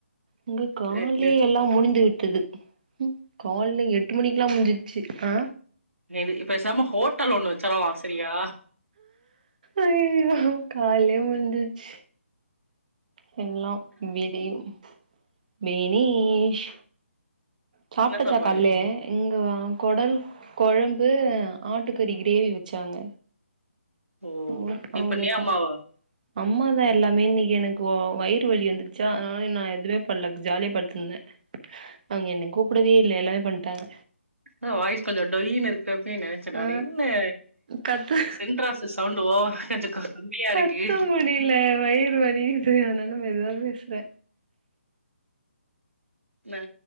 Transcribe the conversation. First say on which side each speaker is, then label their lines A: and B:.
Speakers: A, on the right; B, on the right.
A: இங்க கால்லே
B: சரின்னு
A: எல்லா முடிந்து விட்டது கால்ல எட்டு மணிக்குல்லா முஞ்சிச்சு ஆ
B: நீ வந்து பெசாம ஹோட்டல் ஒண்ணு வெச்சிரலா செரியா
A: ஐய்யயோ காலே முந்த்துச்சு திங்லா பேபிம் மேனீஷ் சாப்ட்டச்சா
B: என்ன சாப்பாடு
A: காலையிலேயே இங்க வா குடல் கொழம்பு ஆட்டுக்கறி கிரேவி வெச்சாங்க
B: ஓ
A: உடு
B: இப்ப நீ
A: அவ்ளதா
B: பண்ணியா அம்மாவா
A: அம்மாதா எல்லாமே இன்னிக்கு எனக்கு ஒ வயிறு வலி வந்துர்ச்சா அதனால நா எதுவே பண்லா ஜாலியா பட்த்திந்தே அவுங்க என்ன கூப்புடவே இல்ல எல்லாமே பண்ட்டாங்க
B: அதா வாய்ஸ் கொஞ்ச டொயினு இருக்கு அப்பயே நெனச்ச நானு
A: ஆ
B: என்ன
A: கத்து
B: சென்ட்ராசு சவுண்டு ஓவரா கொஞ்சோ கம்மியா
A: கத்த
B: இருக்கு
A: முடிய்ல வய்று வலி செரி ஆனா நம்ம மெதுவாவே பேசுறே
B: நா